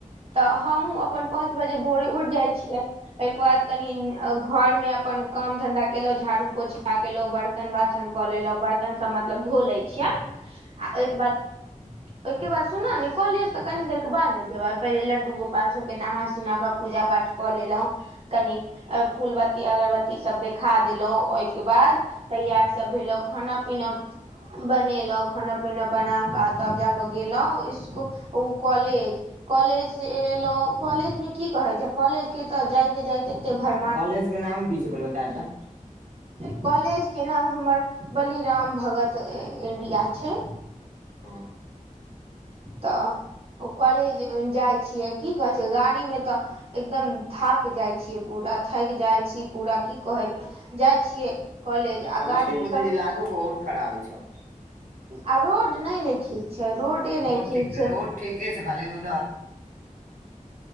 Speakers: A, on the right (about 45°); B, on the right (about 80°).
A: तऽ हमहहुँ अपन पाँच बजे भोरे उठ जाइ छियै। एहिके बाद कनि घर मे अपन काम धंधा केलहु झाड़ू पोछा बर्तन बासन क लेलहुँ बर्तन सभ मतलब धो लै छियनि आ ओयके बाद ओयके बाद सुनऽ ने कॉलेज त कनि देर के बाद ने जेबय। पहिले लड्डू गोपाल सबके नहा सुना क पूजा पाठ क लेलहुँ कनि अ फूल बत्ती अगरबत्ती सब देखा देलहुं ओयके बाद तैयार सब भेलहुं खाना-पीना बनेलहुँ खाना -पीना बना क आ तब जा क गेलहुँ इसकुल ओ कॉलेज कॉलेज से एलौं कॉलेजमे की कहे छैय कॉलेज के त जाइते जाइते भर
B: कॉलेजके नाम की छैय पहिले बता त।
A: कॉलेजके नाम हमर बली राम भगत इंडिया छैय।
B: ह।
A: त ओ कॉलेज जाइ छियै की कहै छैय गाड़ी में त एकदम थाकि जाइ छीयै पूरा थाकि जाइ छियै पूरा की कहै जाइ छियै। कॉलेज आ
B: समस्तीपुर
A: गाड़ी सब
B: त इलाको बहुत खराब छ।
A: आ रोड नय ने ठीक छै रोडे
B: रोड
A: नइ ठीक छैय।
B: ठीक छैय